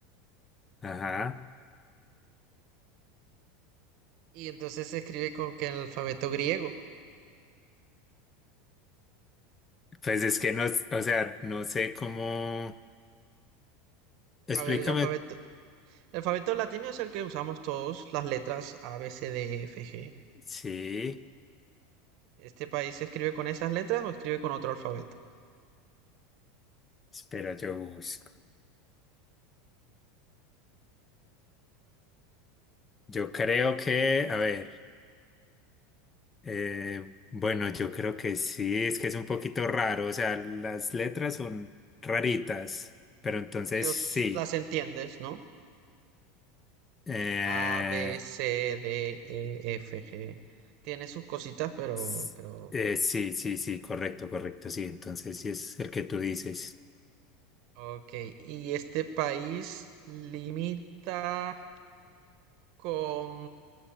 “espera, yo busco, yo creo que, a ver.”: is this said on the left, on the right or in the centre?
Left